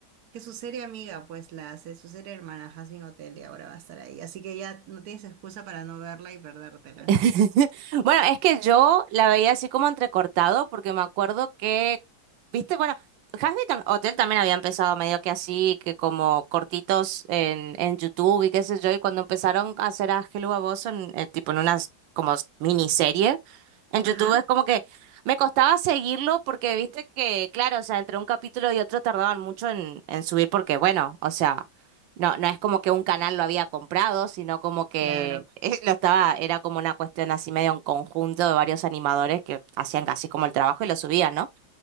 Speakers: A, on the right; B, on the right.
A: que su serie amiga, pues la hace su serie hermana Jasmine Hotel y ahora va a estar ahí. Así que ya no tienes excusa para no verla y perdértela.
B: <laughs> Bueno, es que yo la veía así como entrecortado, porque me acuerdo que, viste, bueno, Hazbin tam- Hotel también había empezado medio que así, que como cortitos en, en YouTube y qué sé yo, y cuando empezaron a hacer a Hello a Boss en, eh, tipo en unas como miniserie, en YouTube
A: Ajá,
B: es como que me costaba seguirlo porque viste que, claro, o sea, entre un capítulo y otro tardaban mucho en, en subir, porque bueno, o sea. No, no es como que un canal lo había comprado, sino como que
A: claro.
B: <laughs> eh, lo estaba, era como una cuestión así medio en conjunto de varios animadores que hacían casi como el trabajo y lo subían, ¿no?